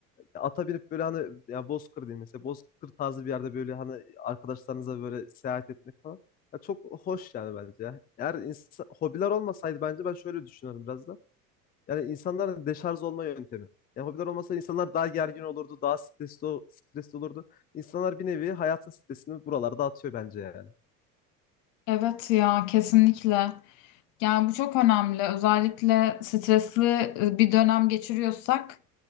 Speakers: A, on the left (about 20°); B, on the left (about 50°).
A: Ya ata binip böyle hani ya Bozkır diyeyim mesela Bozkır tarzı bir yerde böyle hani arkadaşlarınıza böyle seyahat etmek falan. Ya çok hoş yani bence ya. Eğer insan, hobiler olmasaydı bence ben şöyle düşünüyorum biraz da. Yani insanların deşarj olma yöntemi. Yani hobiler olmasa insanlar daha gergin olurdu, daha stresli, ol- stresli olurdu. İnsanlar bir nevi hayatın stresini buralarda atıyor bence yani.
B: Evet ya kesinlikle. Yani bu çok önemli. Özellikle stresli e, bir dönem geçiriyorsak